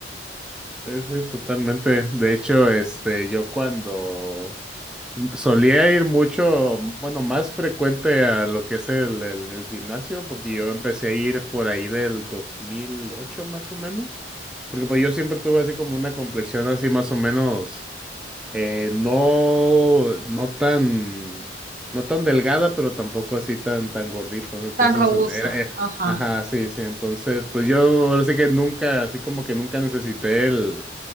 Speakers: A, in the centre; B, on the right (about 50°).
A: Sí, sí, totalmente. De hecho, este, yo cuando Solía ir mucho, bueno, más frecuente a lo que es el, el- el gimnasio, porque yo empecé a ir por ahí del 2008 más o menos, porque pues yo siempre tuve así como una complexión así más o menos eh, no, no tan, no tan delgada, pero tampoco así tan, tan gordito, ¿no? Entonces,
B: tan robusta,
A: eh, era, eh,
B: ajá,
A: ajá, sí, sí, entonces, pues yo ahora sí que nunca, así como que nunca necesité el,